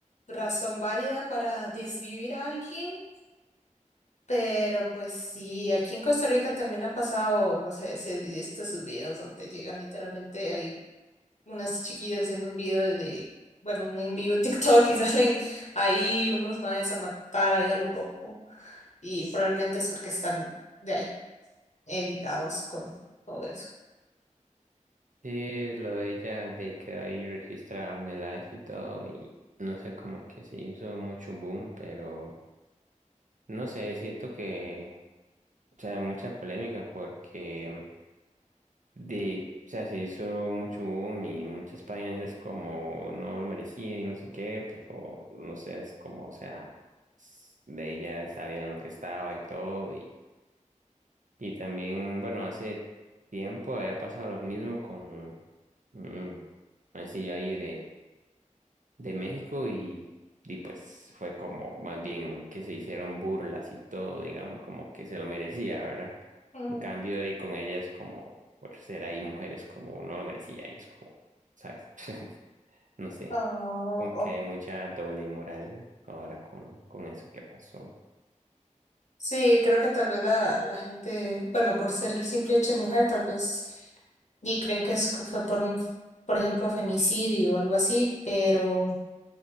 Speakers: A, on the left (about 60°); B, on the right (about 75°).
A: razón válida para desvivir a alguien, pero pues sí, aquí en Costa Rica también ha pasado, no sé si has visto esos videos donde llegan literalmente, hay unas chiquillas haciendo un video de, de, bueno, un envío en TikTok y <laughs> salen ahí unos maes a matar ahí a lo loco. Y probablemente es porque están de ahí, eh, ligados con todo eso.
B: Sí, lo de ella, de que ahí registraban el live y todo, y no sé, como que se hizo mucho boom, pero no sé, siento que, o sea, hay mucha polémica porque... de, o sea, se hizo mucho boom y muchas páginas es como no lo merecía y no sé qué, pero no sé, es como, o sea, s- de ella sabían lo que estaba y todo. Y, y también, bueno, hace tiempo había pasado lo mismo con mm, un sencillo ahí de México y, y pues fue como más bien que se hicieron burlas y todo, digamos, como que se lo merecía, ¿verdad?
A: Mm,
B: En cambio, y con ellas como, por ser ahí mujeres como no lo merecía, y es como, ¿sabes? <laughs> No sé,
A: ah,
B: como
A: o-
B: que hay mucha doble moral ahora con, con eso que pasó.
A: sí, creo que tal vez la, la gente, bueno, por ser el simple hecho de mujer, tal vez y creen que es, que fue por un, por ejemplo, femicidio o algo así, pero